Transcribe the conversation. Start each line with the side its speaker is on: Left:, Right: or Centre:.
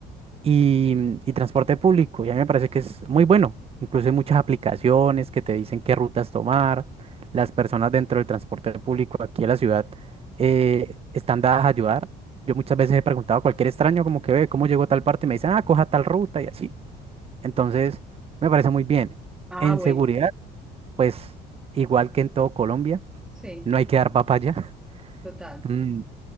Right: y, mm, y transporte público. Y a mí me parece que es muy bueno. Incluso hay muchas aplicaciones que te dicen qué rutas tomar. Las personas dentro del transporte público aquí en la ciudad eh, están dadas a ayudar. Yo muchas veces he preguntado a cualquier extraño como que ve cómo llegó a tal parte y me dicen, ah, coja tal ruta y así. Entonces, me parece muy bien.
Centre: Ah,
Right: En
Centre: bueno,
Right: seguridad, pues igual que en todo Colombia,
Centre: sí,
Right: no hay que dar papaya. <laughs>
Centre: total.
Right: Mm,